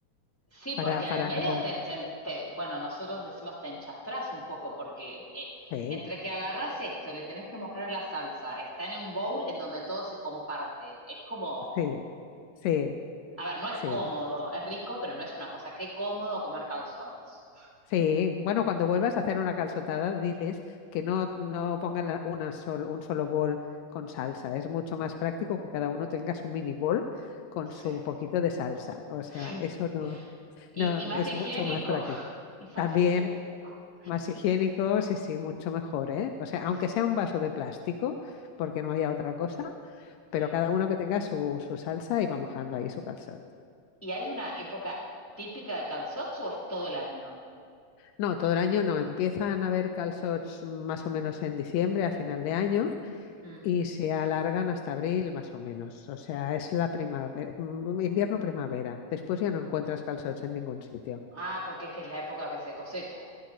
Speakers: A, on the left (about 20°); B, on the left (about 85°).
A: Sí,
B: para,
A: porque
B: para
A: en el medio
B: no...
A: te, te- te- bueno, nosotros decimos te enchastrás un poco, porque eh,
B: sí.
A: entre que agarrás esto, y le tenés que mojar en la salsa, está en un bowl en donde todo se comparte. Es como,
B: Sí, sí,
A: a ver, no es
B: sí,
A: cómodo, es rico, pero no es una cosa. Qué cómodo comer calzots.
B: sí. Bueno, cuando vuelvas a hacer una calzotada, diles que no, no pongan la- una sol- un solo bol con salsa. Es mucho más práctico que cada uno tenga su mini bol con su
A: Sí,
B: poquito de salsa. O sea,
A: <laughs> sí.
B: eso no,
A: Y,
B: no
A: y más
B: es
A: higiénico,
B: mucho más práctico.
A: <laughs> y más
B: También
A: higiénico.
B: más higiénico, sí, sí, mucho mejor, ¿eh? O sea, aunque
A: Sí.
B: sea un vaso de plástico, porque no haya otra cosa, pero
A: Mm.
B: cada uno que tenga su, su salsa y va mojando ahí su calzón.
A: ¿Y hay una época típica de calzots o es todo el año?
B: No, todo el año no. Empiezan a haber calzots más o menos en diciembre, a final de año,
A: Mm.
B: y se alargan hasta abril más o menos. O sea, es la primavera, mm, invierno-primavera. Después ya no encuentras calzots en ningún sitio.
A: Ah, porque es que es la época que se cosecha.